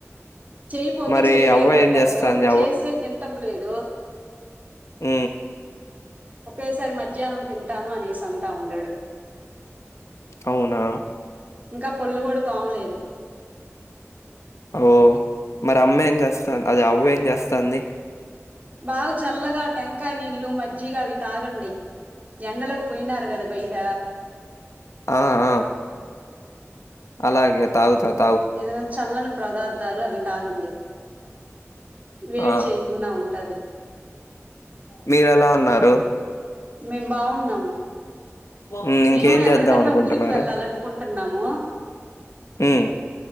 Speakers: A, on the right (about 30°); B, on the left (about 75°).
A: చెయిపోతే
B: మరి
A: చెయలేదు
B: అవ్వ
A: అంటాడు
B: ఏం జేస్తాంది?
A: చేస్తే తింటం లేదు
B: ఊ
A: ఒకేసారి మధ్యాహ్నం తింటాను అనేసి అంట ఉండాడు
B: అవునా
A: ఇంకా పళ్ళు కూడా తోమలేదు
B: ఓ మరి అమ్మ ఏం చేస్తాం అది అవ్వ ఏం చేస్తాంది
A: బాగ చల్లగా టెంకాయ నీళ్లు మజ్జిగా అవి తాగండి ఎండలకు పోయినారు కద బయట
B: ఆ ఆ అలాగే తాగుతద్
A: ఏదైనా చల్లని ప్రదార్థాలు అవి తాగండి వేడి
B: ఆ!
A: చేయకుండా ఉంటాది
B: మీరెలా ఉన్నారు
A: మేం బాగున్నాము
B: హ్మ్. ఇంకేం
A: మేము ఎక్కడకన్నా
B: చేద్దాం అనుకుంటున్నారు?
A: ఊరికి వెళ్ళాలనుకుంటున్నాము
B: హ్మ్.